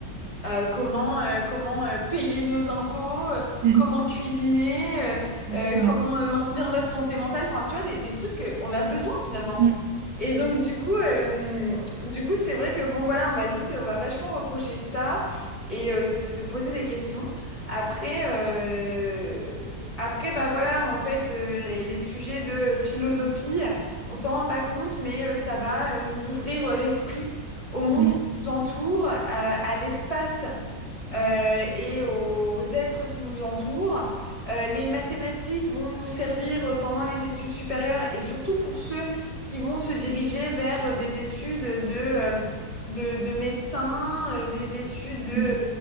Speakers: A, on the left; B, on the right.
A: euh, comment euh, comment euh, payer nos impôts, euh,
B: <laughs>
A: comment cuisiner, euh,
B: Exactement.
A: euh, comment euh, maintenir notre santé mentale, enfin tu vois des, des trucs qu'on a besoin finalement.
B: Mmh.
A: Et donc du coup, euh, du coup, c'est vrai que bon voilà, on va vite, on va vachement reprocher ça et euh, se, se poser des questions. Après, euh, après bah voilà, en fait, euh, les, les sujets de philosophie, on s'en rend pas compte, mais euh, ça va euh, nous ouvrir euh, l'esprit au monde
B: Mmh.
A: qui nous entoure, à, à l'espace euh, et aux êtres qui nous entourent. Euh, les mathématiques vont nous servir pendant les études supérieures et surtout pour ceux qui vont se diriger vers euh, des études de, euh, de, de médecins, euh, des études de,
B: Mmh.